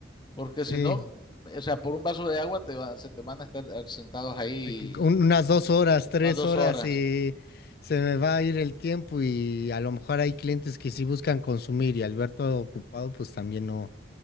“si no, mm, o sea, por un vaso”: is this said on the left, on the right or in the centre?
Left